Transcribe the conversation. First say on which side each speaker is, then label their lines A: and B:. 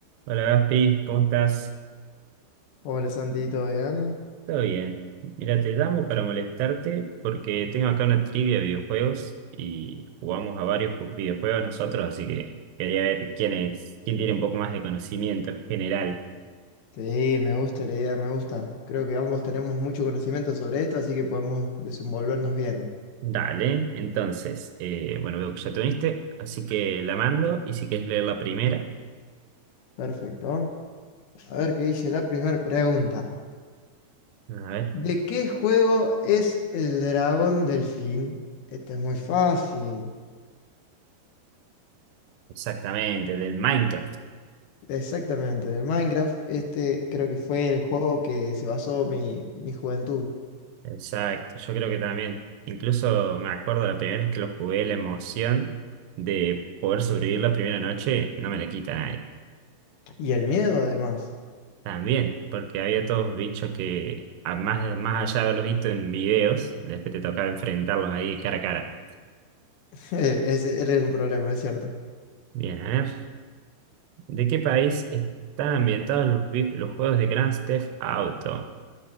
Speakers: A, on the right (about 75°); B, on the left (about 70°).
A: Hola Gaspi, ¿cómo estás?
B: Hola Santi, ¿todo bien?
A: Todo bien. Mira, te llamo para molestarte porque tengo acá una trivia de videojuegos y jugamos a varios ju- videojuegos nosotros, así que quería ver quién es, quién tiene un poco más de conocimiento general.
B: Sí, me gusta la idea, me gusta. Creo que ambos tenemos mucho conocimiento sobre esto, así que podemos desenvolvernos bien.
A: Dale, entonces, eh, bueno, veo que ya te uniste, así que la mando y si quieres leer la primera,
B: Perfecto. A ver qué dice la primera pregunta.
A: a ver,
B: ¿De qué juego es el dragón delfín? Este es muy fácil.
A: exactamente, del Minecraft.
B: Exactamente, de Minecraft. Este creo que fue el juego que se basó mi, mi juventud.
A: Exacto, yo creo que también, incluso me acuerdo la primera vez que lo jugué, la emoción de poder sobrevivir la primera noche no me la quita nadie.
B: Y el miedo, además.
A: También, porque había todos bichos que, a más, más allá de haberlos visto en videos, después te tocaba enfrentarlos ahí cara a cara.
B: <laughs> Ese era un problema, es cierto.
A: Bien, a ver, ¿de qué país están ambientados los, vi- los juegos de Grand Theft Auto?